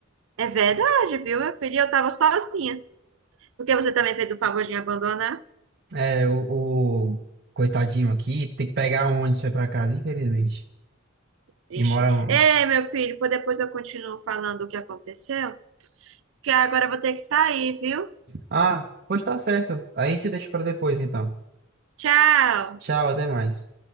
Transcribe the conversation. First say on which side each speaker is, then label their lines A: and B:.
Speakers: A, on the right; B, on the right.
A: É verdade, viu, meu filho? E Eu tava sozinha. Porque você também fez o favor de me abandonar?
B: É, o, o coitadinho aqui tem que pegar um ônibus pra ir pra casa, infelizmente.
A: Triste.
B: E mora longe.
A: Ei, meu filho, pô, depois eu continuo falando o que aconteceu, que agora eu vou ter que sair, viu?
B: Ah, pode estar certo. A gente deixa pra depois, então.
A: Tchau!
B: Tchau, até mais.